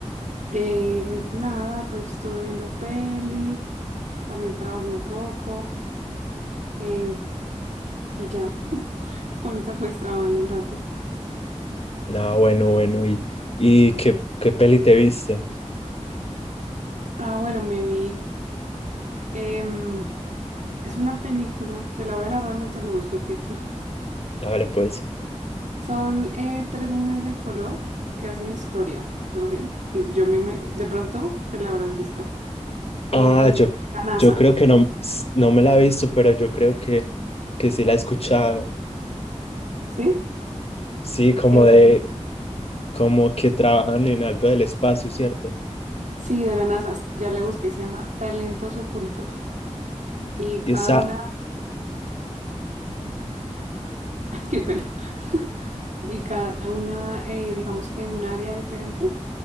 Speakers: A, on the right; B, on the left.
A: Eh, nada, pues estuve viendo peli, también trabajé un poco eh, y ya. <laughs> Ahorita pues trabajando un rato.
B: Ah, bueno, bueno, ¿y, y qué, qué peli te viste?
A: Ah, bueno, me vi. em, es una película, te la voy a narrar mientras le busco el título.
B: Hágale pues.
A: Son eh, tres mujeres de color que hacen historia. No sé, yo me, me- de pronto te la habrás visto. Entonces,
B: Ah, yo,
A: la NASA.
B: yo creo que no, no me la he visto, pero yo creo que, que sí la he escuchado.
A: ¿Sí?
B: Sí, como
A: Eh,
B: de como que trabajan en algo del espacio, ¿cierto?
A: sí, de la NASA, ya le busqué, se llama Talentos Ocultos y cada
B: Y esa,
A: una, <laughs> qué pena, y cada una, eh, digamos que en un área diferente,